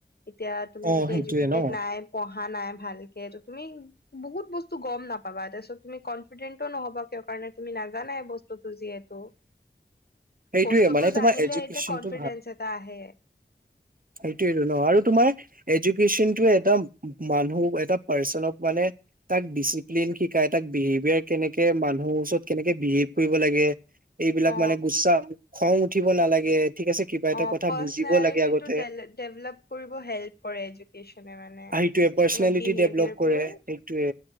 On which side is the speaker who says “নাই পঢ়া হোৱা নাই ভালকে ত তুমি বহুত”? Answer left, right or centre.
Left